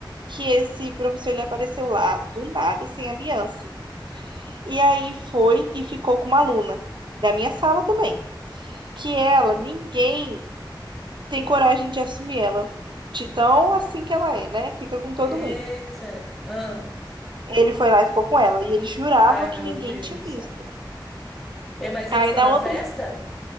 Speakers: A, on the right (about 70°); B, in the centre.
A: que esse professor ele apareceu lá do nada, sem aliança, e aí foi e ficou com uma aluna da minha sala também, que ela, ninguém tem coragem de assumir ela, de tão assim que ela é, né? Fica com todo
B: eita.
A: mundo.
B: Ah,
A: Ele foi lá e ficou com ela, e ele jurava
B: ai, meu
A: que ninguém
B: Deus
A: tinha
B: do
A: visto.
B: céu. E, mas ele
A: Aí
B: ficou
A: na
B: na
A: outra
B: festa?